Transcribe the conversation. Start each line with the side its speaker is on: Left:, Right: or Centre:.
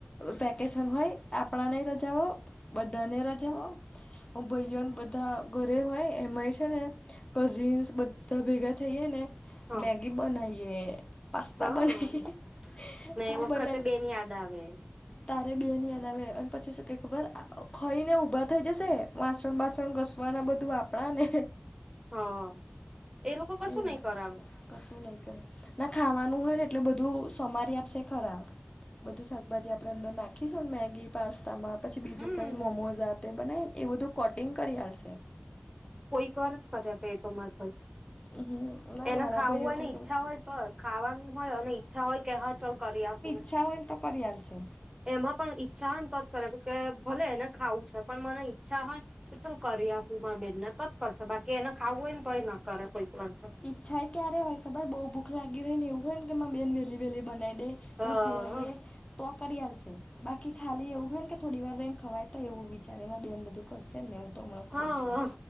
Left: વેકેશન હોય આપણાને ય રજાઓ બધાને રજાઓ ભઈઓને બધા ઘરે હોય એમાંય છે ને કઝિન્સ બધા ભેગા થઈએ ને
Right: હ
Left: મેગી બનાઈએ પાસ્તા
Right: હા
Left: બનાઈએ
Right: ને
Left: હા
Right: એ વખતે
Left: બનાય
Right: બેન યાદ આવે
Left: તારે બેન યાદ આવે અને પછી શું કે ખબર ખઈ ને ઊભા થઈ જશે વાસણ બાસણ ઘસ વાના બધું આપણા ને
Right: હ એ લોકો કસુ
Left: એવું
Right: નહી કરાવે
Left: કશું નહી કરે ના ખાવાનું હોય ને એટલે બધું સમારી આપશે ખરા બધું શાકભાજી આપણે અંદર નાખીશું ને મેગી પાસ્તામાં પછી બીજું
Right: હમ
Left: કઈ મોમોઝ તે બનાય ને એ બધું કટિંગ કરી આલશે
Right: કોઈક વાર જ કર્યા પે એ તો મારે ભાઈ
Left: હમ ના
Right: એને
Left: મારા
Right: ખાવું
Left: ભાઈઓ
Right: હોય
Left: તો
Right: ને ઈચ્છા હોય તો ખાવાનું હોય અને ઈચ્છા હોય કે હા ચાલ કરી આપું
Left: ઈ ચ્છા હોયન તો કરીઆલ શે
Right: એમાં પણ ઈચ્છા હોય ને તો જ કરી આપે ભલે એને ખાવું છે પણ મને ઈચ્છા હોય તો ચાલ કરી આપું માર બેનને તો જ કરશે બાકી એને ખાવું હોને તોય ના કર કોઈક વાર તો
Left: ઈચ્છા ક્યારેય હોય ખબર બઉ ભૂખ લાગી હોય ને એવું હોયને કે મારી બેન વહેલી વહેલી બનાય દે
Right: હા
Left: અને ખાઈ લઈએ તો આ કરી આ લશે બાકી ખાલી એવું હોય ને કે થોડી વાર રઇન ખવાય તો એવું વિચારે મારી બેન બધું કરશેને એવું તો ખા
Right: હા
Left: ઉં છું